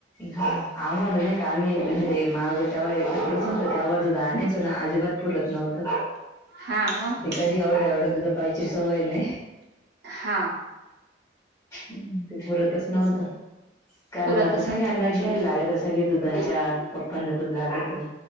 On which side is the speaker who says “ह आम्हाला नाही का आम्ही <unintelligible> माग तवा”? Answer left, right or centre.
Left